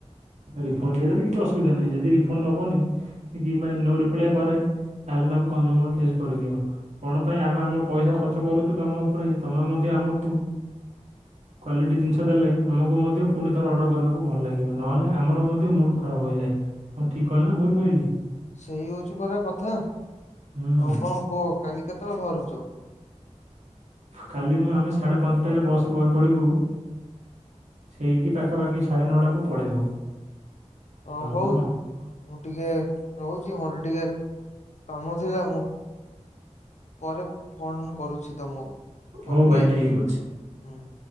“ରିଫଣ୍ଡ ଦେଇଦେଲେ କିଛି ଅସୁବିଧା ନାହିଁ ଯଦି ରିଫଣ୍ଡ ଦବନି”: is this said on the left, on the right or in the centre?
Right